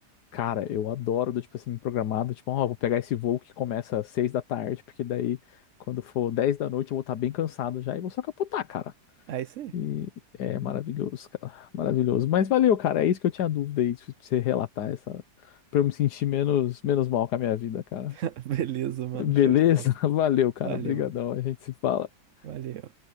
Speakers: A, on the left; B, on the right.
A: Cara, eu adoro do tipo assim, programado, tipo, ó, vou pegar esse voo que começa às seis da tarde, porque daí, quando for dez da noite, eu vou estar bem cansado já e vou só capotar, cara.
B: É isso aí.
A: E é maravilhoso, cara. Maravilhoso. Mas valeu, cara. É isso que eu tinha dúvida aí, se você relatar essa, pra eu me sentir menos, menos mal com a minha vida, cara.
B: <laughs> Beleza, mano.
A: Beleza?
B: Show de bola.
A: <laughs> Valeu, cara.
B: Valeu,
A: Obrigadão.
B: mano.
A: A gente se fala.
B: Valeu.